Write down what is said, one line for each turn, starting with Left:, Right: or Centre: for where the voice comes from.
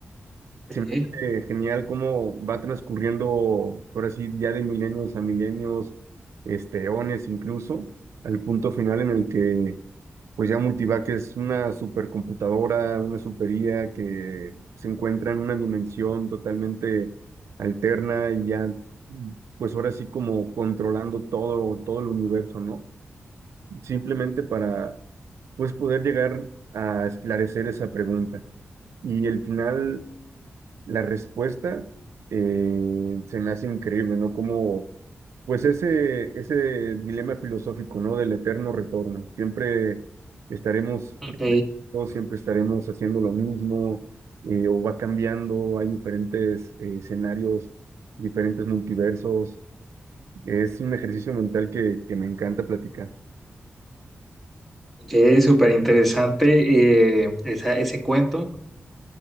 Centre: Sí.
Right: Se me hace genial cómo va transcurriendo, por así, ya de milenios a milenios, este, eones incluso, al punto final en el que, pues ya Multivac es una supercomputadora, una super IA que se encuentra en una dimensión totalmente alterna y ya, pues ahora sí como controlando todo, todo el universo, ¿no? Simplemente para, pues poder llegar a esclarecer esa pregunta. Y el final la respuesta eh, se me hace increíble, ¿no? Como, pues ese, ese dilema filosófico, ¿no? Del eterno retorno. Siempre estaremos,
Centre: Ok,
Right: todos siempre estaremos haciendo lo mismo, eh, o va cambiando, hay diferentes eh, escenarios, diferentes multiversos. Es un ejercicio mental que, que me encanta platicar.
Centre: ok, súper interesante eh, esa- ese cuento.